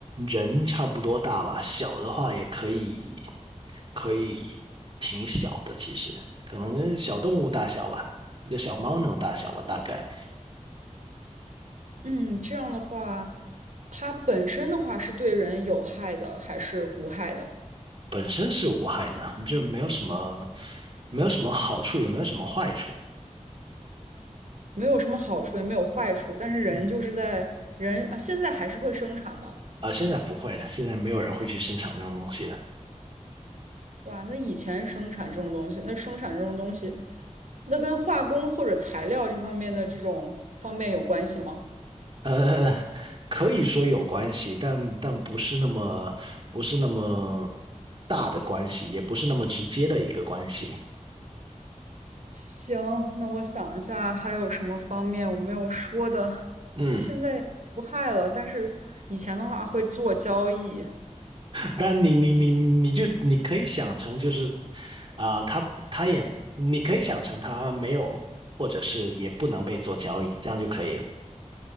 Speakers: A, on the right; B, on the right.
A: 人差不多大吧。小的话也可以，可以挺小的。其实可能跟小动物大小吧，一个小猫那种大小吧，大概
B: 嗯，这样的话，它本身的话是对人有害的还是无害的？
A: 本身是无害的，就没有什么，没有什么好处，也没有什么坏处。
B: 没有什么好处，也没有坏处，但是人就是在人啊，
A: 嗯，
B: 现在还是会生产嘛。
A: 啊、现在不会了，现在没有人会去生产这种东西了。
B: 哇，那以前生产这种东西，那生产这种东西，那跟化工或者材料这方面的这种方面有关系吗？
A: 呃，可以说有关系，但但不是那么不是那么大的关系，也不是那么直接的一个关系。
B: 行，那我想一下，还有什么方面我没有说的？
A: 嗯，
B: 现在也无害了，但是以前的话会做交易。
A: 但你你你你就你可以想成就是啊、他他也你可以想成他没有，或者是也不能被做交易，这样就可以了。